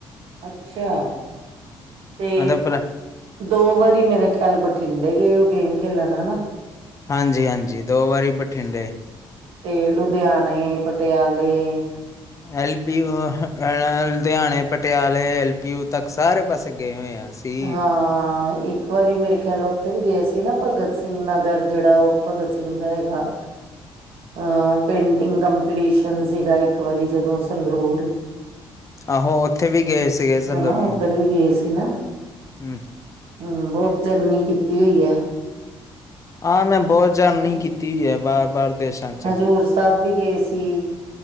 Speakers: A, on the right; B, on the left.
A: ਅੱਛਾ। ਤੇ
B: ਮਤਲਬ ਭਲਾ
A: ਦੋ ਵਾਰੀ ਮੇਰੇ ਖਿਆਲ ਬਠਿੰਡੇ ਗਏ ਔ, ਗੇਮ ਖੇਲਣ ਹੈਨਾ।
B: ਹਾਂਜੀ ਹਾਂਜੀ ਦੋ ਵਾਰੀ ਬਠਿੰਡੇ।
A: ਤੇ ਲੁਧਿਆਨੇ ਪਟਿਆਲੇ।
B: ਐਲ ਪੀ ਯੂ ਅੜਾ ਲੁਧਿਆਣੇ ਪਟਿਆਲੇ ਐਲ ਪੀ ਯੂ ਤੱਕ ਸਾਰੇ ਪਾਸੇ ਗਏ ਹੋਏ ਆ। ਅਸੀਂ
A: ਹਾਂ, ਇੱਕ ਵਾਰੀ ਮੇਰੇ ਖਿਆਲ ਓਥੇ ਵੀ ਗਏ ਸੀ ਨਾ ਭਗਤ ਸਿੰਘ ਨਗਰ। ਜੇੜਾ ਉਹ ਭਗਤ ਸਿੰਘ ਦਾ ਹੈਗਾ। ਅਹ ਪੇਂਟਿੰਗ ਕੰਪੀਟੀਸ਼ਨ ਸੀਗਾ, ਇੱਕ ਵਾਰੀ ਜਦੋਂ ਸੰਗਰੂਰ।
B: ਆਹੋ ਉੱਥੇ ਵੀ ਗਏ ਸੀਗੇ ਸੰਗਰੂਰ
A: ਹੈਨਾ, ਉੱਧਰ
B: ਦੇ
A: ਵੀ ਗਏ ਸੀ ਨਾ।
B: ਹੂੰ
A: ਹੂੰ, ਬਹੁਤ ਜਰਨੀ ਕੀਤੀ ਹੋਈ ਏ।
B: ਹਾਂ ਮੈਂ ਬਹੁਤ ਜਰਨੀ
A: ਹਨਾ
B: ਕੀਤੀਈ ਐ, ਬਾਰ ਬਾਰ। ਦੇਸ਼ਾਂ ਚ
A: ਹਜ਼ੂਰ ਸਾਹਿਬ ਵੀ ਗਏ ਸੀ।